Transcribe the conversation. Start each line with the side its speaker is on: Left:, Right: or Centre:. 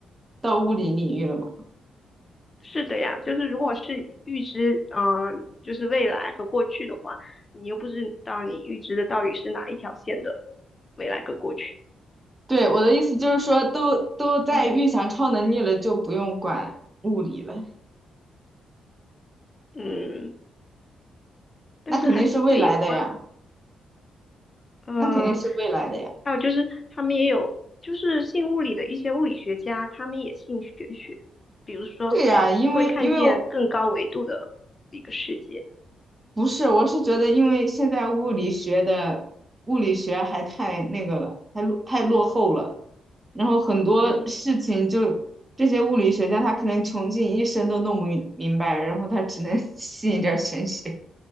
Right: 到物理领域了吗？
Left: 是的呀，就是如果是预知，嗯、就是未来和过去的话，你又不知道你预知的到底是哪一条线的未来跟过去。
Right: 对，我的意思就是说，都都在预想超能力了，
Left: 嗯
Right: 就不用管物理了，
Left: 嗯，但是还是会有关吧。
Right: 那肯定是未来的呀，
Left: 嗯，
Right: 那肯定是未来的呀。
Left: 还有就是他们也有，就是信物理的一些物理学家，他们也信玄学，比如说会看见更高维度的一个世界。
Right: 对呀，因为因为我不是，我是觉得，因为现在物理学的物理学还太那个了，太落太落后了。然后很多事情就这些物理学家他可能穷尽一生都弄不明明白，
Left: 嗯，
Right: 然后他只能 <laughs> 吸一点儿玄学，